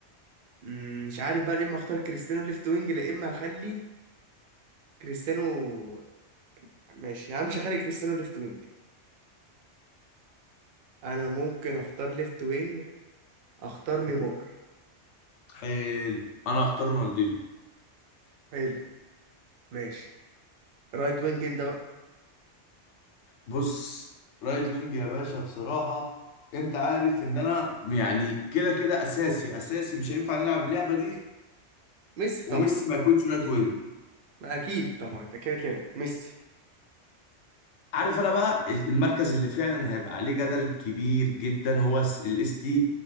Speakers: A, on the right; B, on the left.
A: مم، مش عارف بقى يا اما اختار كريستيانو ليفت وينج يا اما هخلي كريستيانو ماشي يا عم مش هخلي كريستيانو ليفت وينج انا ممكن اختار ليفت وينج اختار نيمار
B: حلو انا هختار رونالدينيو
A: حلو ماشي رايت وينج انت بقى
B: بص رايت وينج يا باشا بصراحه انت عارف ان انا يعني كده كده اساسي اساسي مش هينفع نلعب اللعبه دي
A: ميسي طبعا
B: وميسي ما يكونش رايت وينج
A: ما اكيد طبعا ده كده كده ميسي
B: عارف انا بقى المركز اللي فعلا هيبقى عليه جدل كبير جدا هو الاس تي